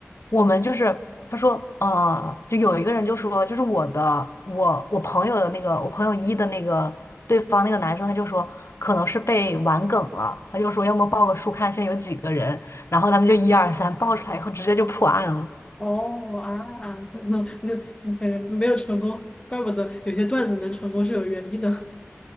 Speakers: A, on the left; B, on the left.
A: 我们就是他说，呃，就有一个人就说，就是我的，我我朋友的那个，我朋友一的那个对方那个男生，他就说可能是被玩梗了，他就说要么报个数看现在有几个人，然后他们就一二三报出来以后直接就破案了。
B: 哦啊，<laughs> 那那感觉没有成功，怪不得有些段子能成功是有原因的。